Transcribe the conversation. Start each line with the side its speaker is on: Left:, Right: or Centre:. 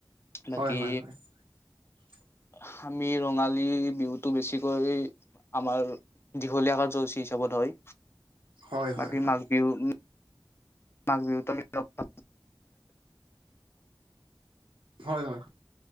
Right: হয়
Left: বাকি,
Right: <inaudible>
Left: হামি ৰঙালী বিহুটো বেছিকৈ আমাৰ দীঘলীয়া কাৰ্য্যসূচী হিচাপত হয়।
Right: হয় হয়
Left: বাকী
Right: হয়
Left: মাঘ বিহুৰ মাঘ বিহুটো আমি-লগ-পাম
Right: হয়-হয়,